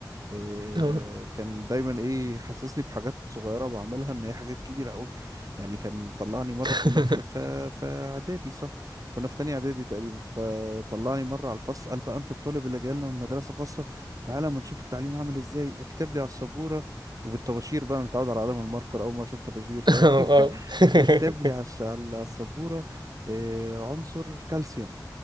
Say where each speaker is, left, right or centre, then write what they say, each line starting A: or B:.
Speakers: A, on the right (about 50°); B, on the right (about 80°).
A: إيه
B: اه
A: كان دايما ايه حسسني بحاجات صغيره بعملها ان هي حاجات كبيره قوي يعني كان طلعني مره
B: <laughs>
A: كنا في في في اعدادي صح كنا في تانية اعدادي تقريبا فطلعني مره على الفصل قال بقى انت الطالب اللي جاي لنا من مدرسه خاصه تعالى اما نشوف التعليم عامل ازاي اكتب لي على السبوره وبالطباشير بقى انا متعود على قلم الماركر اول ما اشوف طباشير ف...
B: اه اه
A: <laughs>
B: <laughs>
A: قال لي اكتب لي على الش- على السبوره إيه عنصر كالسيوم